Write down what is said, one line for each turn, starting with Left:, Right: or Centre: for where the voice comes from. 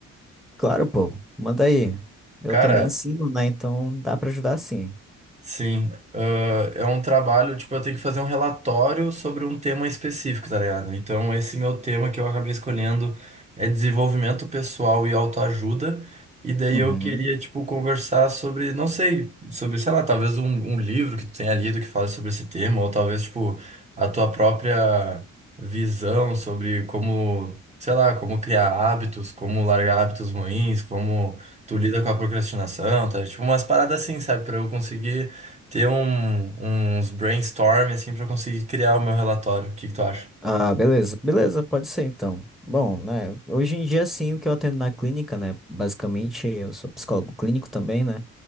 Centre: claro, pô. Manda aí. Eu
Right: Cara,
Centre: também ensino, né? Então dá pra ajudar sim.
Right: Sim, ah, é um trabalho, tipo, eu tenho que fazer um relatório sobre um tema específico, tá ligado? Então, esse meu tema que eu acabei escolhendo é desenvolvimento pessoal e autoajuda, e daí
Centre: Uhum.
Right: eu queria, tipo, conversar sobre, não sei, sobre, sei lá, talvez um, um livro que tu tenha lido que fala sobre esse tema, ou talvez, tipo, a tua própria visão sobre como, sei lá, como criar hábitos, como largar hábitos ruins, como tu lida com a procrastinação, tá? Tipo, umas paradas assim, sabe? Pra eu conseguir ter um, uns brainstorm assim para conseguir criar o meu relatório. O que que tu acha?
Centre: Ah, beleza, beleza, pode ser então. Bom, né, hoje em dia, sim, o que eu atendo na clínica, né, basicamente, eu sou psicólogo clínico também, né,